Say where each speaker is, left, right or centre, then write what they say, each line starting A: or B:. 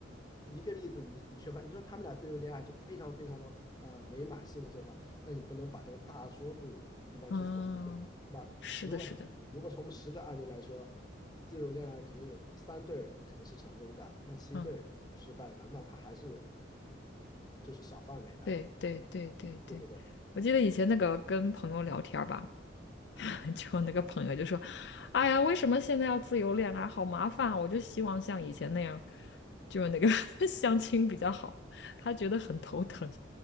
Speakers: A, on the left; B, on the left.
A: 一个例子你你缺乏，你说他们俩自由恋爱就非常非常的啊美满幸福正常，那你不能把这个大多数地方去否定掉了，
B: 嗯。
A: 对吧？
B: 是的，
A: 如果如果从我们十个案例来说，
B: 是的，
A: 自由恋爱可能有三对儿可能是成功的，那七对儿失败的，
B: 嗯，
A: 那他还是就是小范围的，
B: 对对对对对，
A: 对不对？
B: 我记得以前那个跟朋友聊天儿吧，<laughs>
A: 嗯。
B: 就那个朋友就说：“哎呀，为什么现在要自由恋爱，好麻烦啊！我就希望像以前那样，就是那个 <laughs> 相亲比较好。”他觉得很头疼。